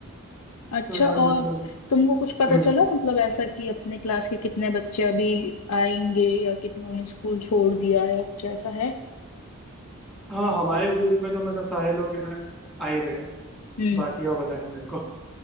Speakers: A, on the left; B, in the centre.
A: अच्छा
B: तो यार
A: और
B: मतलब
A: तुमको कुछ पता
B: हम्म
A: चला मतलब ऐसा कि अपने क्लास के कितने बच्चे अभी आएंगे या कितनों ने स्कूल छोड़ दिया या कुछ ऐसा है
B: हाँ हमारे ग्रुप में तो मतलब सारे लोग है ना आ ही रहे हैं।
A: हम्म
B: बाकी का पता नहीं मेरे को